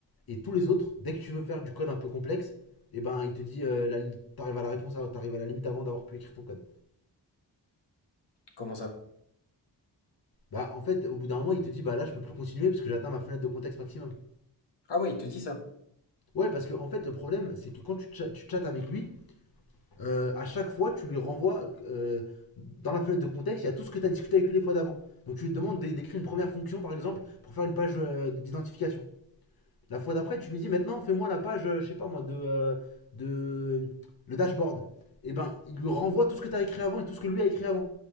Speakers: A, on the left; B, on the left.
A: Et tous les autres, dès que tu veux faire du code un peu complexe, et eh ben il te dit euh, t'arrives à la réponse, t'arrives à la limite avant d'avoir pu écrire ton code.
B: Comment ça?
A: Bah en fait, au bout d'un moment, il te dit bah là je peux plus continuer parce que j'atteins ma fenêtre de contexte maximum.
B: Ah ouais, il te dit ça.
A: Ouais, parce que en fait le problème c'est que quand tu, tcha- tu chattes avec lui, euh, à chaque fois tu lui renvoies euh, dans la fenêtre de contexte, il y a tout ce que tu as discuté avec lui les fois d'avant. Donc tu lui demandes d'écrire une première fonction par exemple pour faire une page euh, d'identification. La fois d'après, tu lui dis maintenant, fais-moi la page, euh, je sais pas moi, de, euh, de le dashboard. Et ben, il lui renvoie tout ce que tu as écrit avant et tout ce que lui a écrit avant.